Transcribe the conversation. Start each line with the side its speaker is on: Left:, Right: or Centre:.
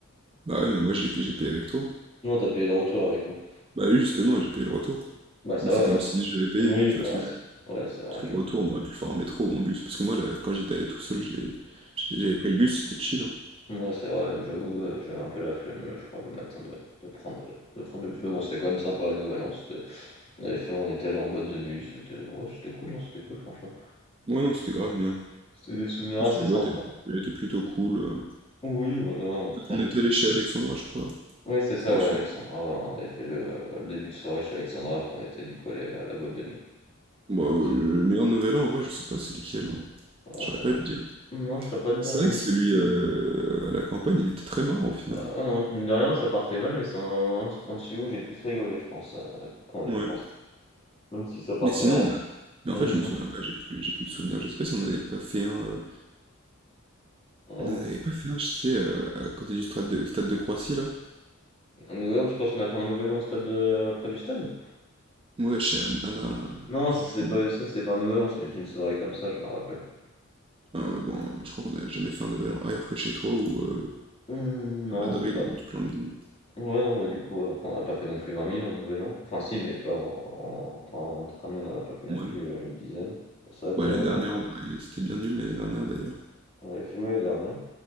Right: Bah ouais mais moi j'ai j'ai payé avec toi.
Left: Non, t'as payé le retour avec moi.
Right: Bah lui justement j'ai payé le retour.
Left: Bah ça
Right: Donc
Left: va
Right: c'est comme
Left: alors.
Right: si je vais payer,
Left: Oui,
Right: tu vois
Left: ouais,
Right: ce que je
Left: c'est
Right: veux dire.
Left: ouais, c'est vrai,
Right: Parce que
Left: j'avoue.
Right: le retour on aurait pu le faire en métro ou en bus. Parce que moi là, quand j'étais allé tout seul, je l'ai- j'ai- j'avais pris le bus, c'était chill. hein.
Left: Ouais, c'est vrai, mais j'avoue, euh, j'avais un peu la flemme, le je crois, le matin de, de prendre, euh, de prendre le bus. Mais bon, c'était quand même sympa, le Nouvel An. c'était- On avait fait, on était allé en boîte de nuit, c'était ouais, c'était cool, non, c'était cool, franchement.
Right: Ouais non c'était grave bien. En
Left: C'était des souvenirs
Right: plus
Left: assez
Right: la boîte
Left: sympas.
Right: elle, était elle était plutôt cool. euh.
Left: Oui, voilà, on s'en-
Right: On était allé chez Alexandra je crois.
Left: Oui, c'est ça,
Right: Ensuite.
Left: ouais, Alexandra. ouais, on avait fait le, euh, le début de soirée chez Alexandra, après on était du coup allé à la boîte de nuit.
Right: Bah, euh,
Left: Attention.
Right: le meilleur nouvel an, en vrai, je sais pas c'est lequel. hein.
Left: Oh,
Right: Je saurais
Left: oh.
Right: pas te dire.
Left: Non, je pourrais pas te dire
Right: C'est
Left: mon
Right: vrai que celui euh, à la campagne, il était très marrant au final.
Left: Bah ouais, non, mine de rien, ça partait mal, mais c'est un, un, un dessus où j'ai le plus rigolé, je pense, euh, quand on y
Right: Ouais.
Left: repense. Même si ça partait
Right: Mais sinon,
Left: vraiment.
Right: on a... Mais
Left: Hum,
Right: en fait, je
Left: dis-moi.
Right: me souviens pas, j'ai plus, j'ai plus de souvenirs. Je sais pas si on n'avait pas fait un... euh,
Left: En
Right: On n'en
Left: où?
Right: avait pas fait un, je sais, euh, à côté du stade de, stade de Croissy, là.
Left: Un nouvel an, tu penses qu'on a fait un nouvel an au stade de... près du stade?
Right: Ouais, chez Anne- Anna, là.
Left: Non,
Right: Je
Left: ça
Right: sais
Left: c'était
Right: plus.
Left: pas
Right: non.
Left: ça, c'était pas un nouvel an, c'était juste une soirée comme ça, je me rappelle.
Right: Ah ouais, bon, je crois qu'on n'a jamais fait un nouvel an ailleurs que chez toi ou euh,
Left: Hum, non,
Right: à Madrid
Left: bah.
Right: ou en tout plein de...
Left: Ouais, non, bah du coup, euh, après, on n'a pas fait non plus 20 000 un nouvel an. Enfin, si, mais pas en, en- en- entre amis, on en a pas fait non
Right: Ouais,
Left: plus
Right: non.
Left: euh, une dizaine. C'est vrai
Right: Bah,
Left: quoi,
Right: l'année
Left: ouais, ouais,
Right: dernière,
Left: non?
Right: on a... c'était bien nul l'année dernière, d'ailleurs.
Left: On avait fait où l'année dernière?